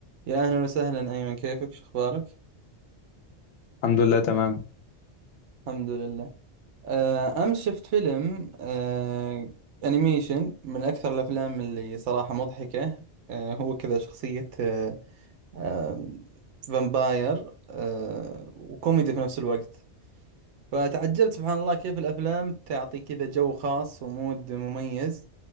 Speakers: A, on the right (about 85°); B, on the left (about 80°).
A: يا أهلا وسهلا أيمن كيفك شو أخبارك؟
B: الحمد لله تمام
A: الحمد لله آه، أمس شفت فيلم آه، أنيميشن من أكثر الأفلام اللي صراحة مضحكة آه، هو كذا شخصية آه، آه، فامباير آه، وكوميدي في نفس الوقت فتعجبت سبحان الله كيف الأفلام تعطي كذا جو خاص ومود مميز